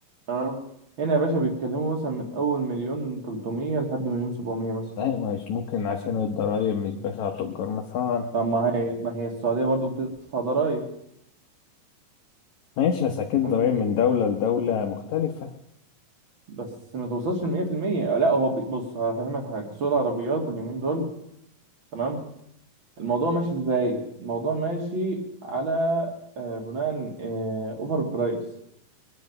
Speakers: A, on the right; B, on the left.
A: تمام هنا يا باشا بيتكلموا مثلا من أول مليون تلتمية لحد مليون سبعمية مثلا
B: لا مش ممكن عشان الضرايب مش جشع تجار مثلا
A: طب ما هي ما هي السعودية برضو بتدفع ضرايب
B: ماشي بس اكيد الضرايب
A: وانت-
B: من دولة لدولة مختلفة
A: بس ما توصلش لمية في المية لا هو بي- بص هفهمك حاجة سوق العربيات اليومين دول تمام الموضوع ماشي ازاي الموضوع ماشي على آه، بناء آه، اوفر برايس